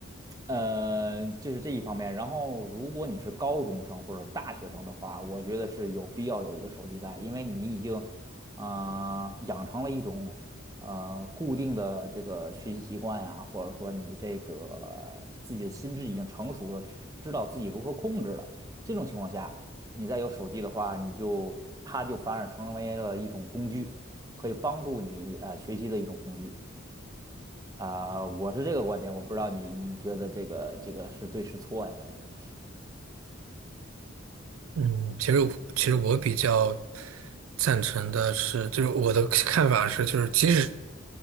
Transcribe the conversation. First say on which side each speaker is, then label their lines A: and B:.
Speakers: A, on the right; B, on the right.
A: 呃，就是这一方面。然后，如果你是高中生或者大学生的话，我觉得是有必要有一个手机在，因为你已经，呃，养成了一种呃固定的这个学习习惯呀，或者说你这个自己的心智已经成熟了，知知道自己如何控制了。这种情况下，你再有手机的话，你就它就反而成为了一种工具，可以帮助你呃学习的一种工具。啊、我是这个观点，我不知道你你觉得这个这个是对是错呀？这个
B: 嗯，其实我其实我比较赞成的是，就是我的看法是，就是即使